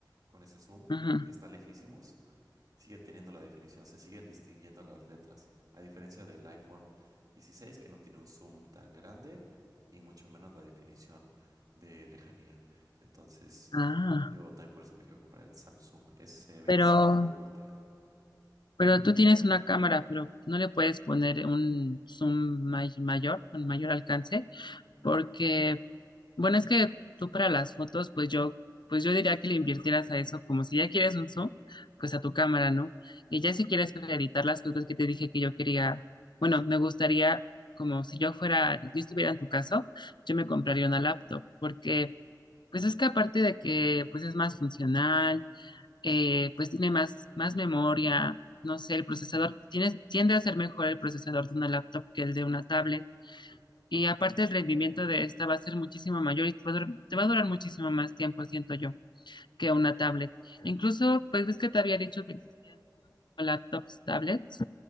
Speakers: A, on the right; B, on the left.
A: con ese zoom
B: ujú.
A: que está lejísimos, sigue teniendo la definición, se siguen distinguiendo las letras. A diferencia del iPhone 16 que no tiene un zoom tan grande y mucho menos la definición de lejanía. Entonces,
B: Ah,
A: yo también por eso me quiero comprar el Samsung S25
B: pero,
A: Ultra.
B: pero tú tienes una cámara, pero no le puedes poner un zoom may- mayor, con mayor alcance, porque Bueno, es que tú para las fotos, pues yo, pues yo diría que le invirtieras a eso, como si ya quieres un zoom, pues a tu cámara, ¿no? Y ya si quieres para editar las fotos que te dije que yo quería, bueno, me gustaría, como si yo fuera, yo estuviera en tu caso, yo me compraría una laptop, porque pues es que aparte de que pues es más funcional, eh, pues tiene más, más memoria, no sé, el procesador, tiene, tiende a ser mejor el procesador de una laptop que el de una tablet. Y aparte el rendimiento de esta va a ser muchísimo mayor y te va a durar, te va a durar muchísimo más tiempo, siento yo, que una tablet. Incluso, pues ves que te había dicho que existían como tipo laptops, tablets,